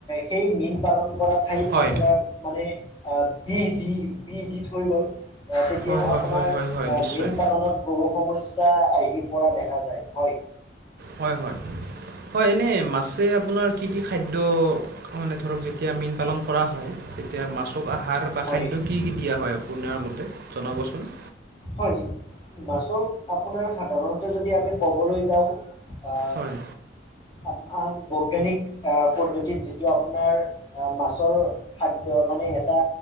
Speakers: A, on the left; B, on the right.
A: সেই মীন পালন কৰা ঠাইত
B: হয়
A: আপোনাৰ মানে আ বিহ দি বিহ দি থৈ গ'ল। আ তেতিয়া
B: হয় হয় হয়
A: আপোনাৰ
B: হয় হয়
A: আ
B: হয় নিশ্চয়
A: মীন পালনত বহু সমস্যা আহি পৰা দেখা যায়। হয়।
B: হয়, হয়। হয়, এনে মাছে আপোনাৰ কি কি খাদ্য মানে ধৰক যেতিয়া মীন পালন কৰা হয় তেতিয়া মাছক আহাৰ বা
A: হয়
B: খাদ্য কি কি দিয়া হয় আপোনাৰ মতে জনাবচোন।
A: হয়, মাছক আপোনাৰ সাধাৰণতে যদি আমি ক'বলৈ যাওঁ আ
B: হয়
A: আন আন বৈজ্ঞানিক আ পদ্ধতিত যিটো আপোনাৰ আ মাছৰ খাদ্য মানে এটা